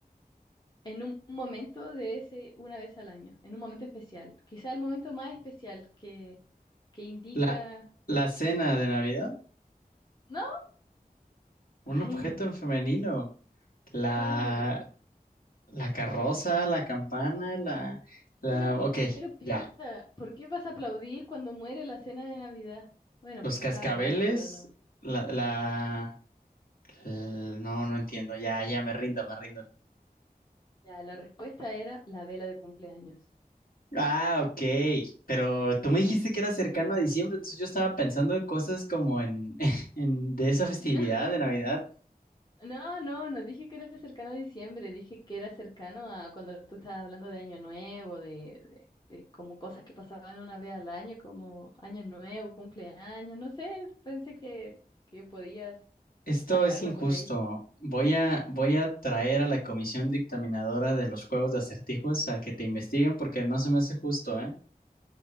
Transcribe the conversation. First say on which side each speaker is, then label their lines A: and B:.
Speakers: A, on the left; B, on the left.
A: en un momento de ese una vez al año, en un momento especial. Quizá el momento más especial que, que indica...
B: La, la cena de Navidad,
A: No,
B: un
A: ay,
B: objeto en femenino. La,
A: sí, no... pu-
B: la carroza,
A: Ay,
B: la campana, la, la,
A: pero, pi-
B: ok,
A: pero piensa,
B: ya.
A: ¿por qué vas a aplaudir cuando muere la cena de Navidad? Bueno,
B: Los
A: porque
B: cascabeles,
A: estaba buena, pero no.
B: la, la, l- No, no entiendo, ya, ya me rindo, me rindo.
A: Ya, la respuesta era la vela de cumpleaños.
B: Ah, ok, pero tú me dijiste que era cercano a diciembre, entonces yo estaba pensando en cosas como en, <laughs> en de esa
A: <laughs>
B: festividad
A: No,
B: de Navidad.
A: no, no, no dije que era cercano a diciembre, dije que era cercano a cuando tú estabas hablando de Año Nuevo, de, de, de como cosas que pasaban una vez al año, como Año Nuevo, cumpleaños, no sé, pensé que, que podías
B: Esto
A: sacarlo
B: es injusto.
A: por ahí.
B: Voy a, voy a traer a la comisión dictaminadora de los juegos de acertijos a que te investiguen porque no se me hace justo, ¿eh?